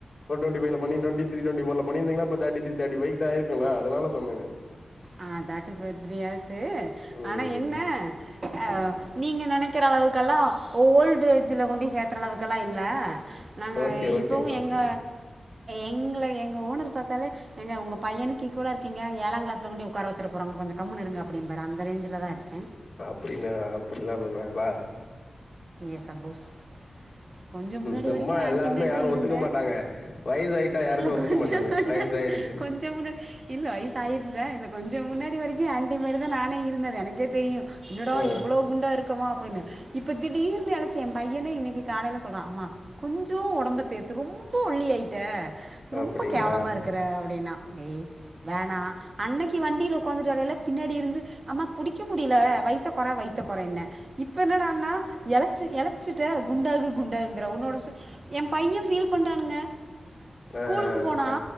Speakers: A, on the left (about 55°); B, on the right (about 40°).
A: டோண்டி ஃபை பண்ணி டோண்டி திரி, டோண்டி ஃபோர் பண்ணிருந்திங்கனா இப்போ தேட்டி திரி, தேட்டி ஃபை ஆயிருக்குல அதனால சொன்னங்க
B: ஆ தேர்ட்டி ஃபை த்ரீ ஆச்சு
A: ம்
B: ஆனா என்ன ஆ நீங்க நெனைக்கிற அளவுக்கெல்லா ஓல்டு எஜ்ல கொண்ட சேர்க்கற அளவுக்கெல்லா இல்ல நாங்க
A: ஓகே ஓகேங்க
B: இப்போவு
A: ஓகேங்க
B: எங்க எங்களா எங்க ஓனர் பாத்தாலே எங்க உங்க பையனுக்கு ஈக்குவலா இருக்கீங்க ஏழா கிளாஸ்ல கொண்டி உக்கார வச்சுர போறாங்க கொஞ்சோ கம்முன்னு இருங்க அப்டினு பாரு அந்த ரேஞ்சில தா இருக்கே
A: அப்டியா அப்டிலா சொல்றாங்களா
B: எஸ் அபோஸ் கொஞ்சோ முன்னாடி
A: சும்மா
B: வரைக்கு
A: எல்லாருமே
B: ஆன்டிமாரி
A: யாரும்
B: தா இருந்தே
A: ஒத்துக்க மாட்டாங்க வயசாயிட்டா யாருமே
B: இல்ல
A: ஒத்துக்க
B: கொஞ்சோ
A: மாட்டாங்க
B: கொஞ்சோ
A: வயசாயிடுச்சுன்னு
B: கொஞ்சங் கூட இல்ல வயசு ஆயிச்சுதா இல்ல கொஞ்சோ முன்னாடி வரைக்கு ஆன்டிமாரி தா நானே இருந்தே எனக்கே தெரியு என்னடா
A: ஆ
B: இவ்ளோ குண்டா இருக்கமா இப்டின்னு இப்ப திடீர்னு இழச்சே எ பையனே இன்னைக்கு காலைல சொல்றா அம்மா கொஞ்சோ ஒடம்ப தேத்து ரொம்ப ஒல்லியாயிட்ட ரொம்ப
A: அப்டிங்களா
B: கேவலமா இருக்குற அப்டின்னா டேய் வேணா அன்னைக்கு வண்டியில உக்காந்துட்டு வரையில பின்னாடி இருந்து அம்மா புடிக்க முடில வைத்த கொற வைத்த கொறன்னு இப்ப என்னடான்னா எழச்சு எழச்சிட்ட குண்டாகி குண்டாங்கிற உன்னோட என் பையன் ஃபீல் பண்றானுங்க ஸ்கூலுக்கு
A: ஆ
B: போனா
A: ஆ